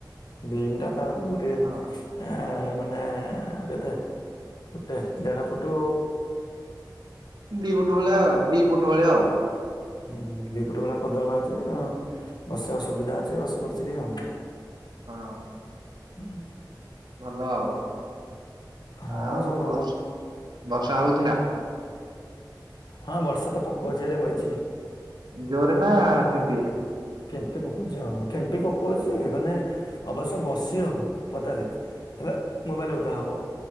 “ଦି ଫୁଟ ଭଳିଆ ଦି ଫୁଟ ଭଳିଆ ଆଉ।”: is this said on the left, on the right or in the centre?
Right